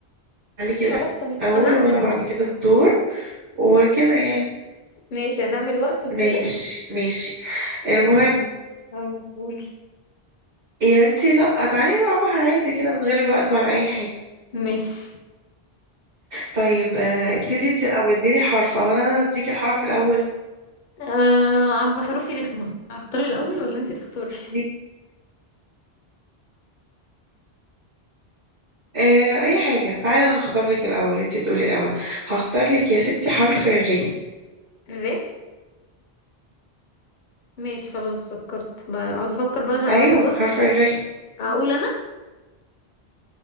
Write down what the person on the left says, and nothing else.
خلاص تمام
انا هكتب
برضو
ماشي هنعمل وقت وكده
اه قولي
ماشي
آه عم بحروفي رخمة اختار الأول ولا انتي تختاري
الري ماشي خلاص فكرت بقى- اقعد افكر بقى عشان هناخد
وقت
اقول انا